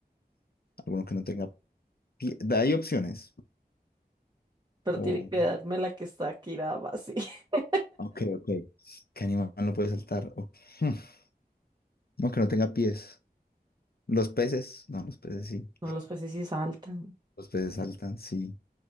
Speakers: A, on the left (about 65°); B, on the right (about 25°).
A: Alguno que no tenga pie. Da- Hay opciones.
B: Pero
A: Oh,
B: tiene que darme la que está aquí nada más. sí. <laughs>
A: ok, ok. ¿Qué animal no puede saltar? Ok. <laughs> Hmm, No, que no tenga pies. Los peces, no, los peces sí.
B: No, los peces sí saltan.
A: Los peces saltan, sí.